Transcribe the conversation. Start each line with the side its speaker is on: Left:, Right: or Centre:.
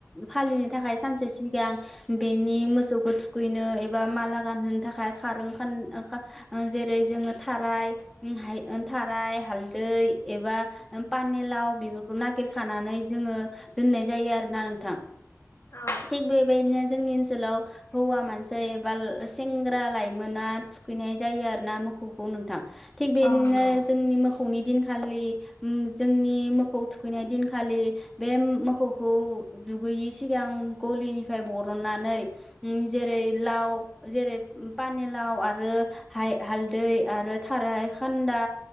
Centre: फालिनो थाखाय सानसे सिगां बेनि मोसौखौ थुखैनो एबा माला गानहोनो थाखाय खारों खान ओ जेरै जोङो थाराय ओ थाराय हालदै एबा ओ फानिलाव बेफोरखौ नागिरखानानै जोङो दोननाय जायो आरोना नोंथां।
Left: औ।
Centre: थिग बेबायदिनो जोंनि ओनसोलाव हौवा मानसि एबा सेंग्रा लाइमोना थुखैनाय जायो आरो ना मोखौखौ नोंथां। थिग बेदिनो
Left: औ नंगौ
Centre: जोंनि मोखौ मोखौनि दिनखालि उम जोंनि मोखौ थुखैनाय दिनखालि बे मोखौखौ दुगैयि सिगांं गलिनिफ्राय बरननानै उम जेरै लाव जेरै पानिलाव आरो हायो हालदै आरो थाराय खान्दा